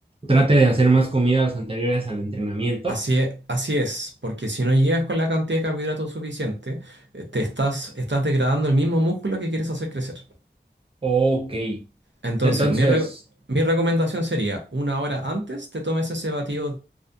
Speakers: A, on the right; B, on the right.
A: trate de hacer más comidas anteriores al entrenamiento.
B: Así es, así es, porque si no llegas con la cantidad de carbohidratos suficiente, eh, te estás, estás degradando el mismo músculo que quieres hacer crecer.
A: Ok,
B: Entonces,
A: entonces,
B: mi, re- mi recomendación sería, una hora antes te tomes ese batido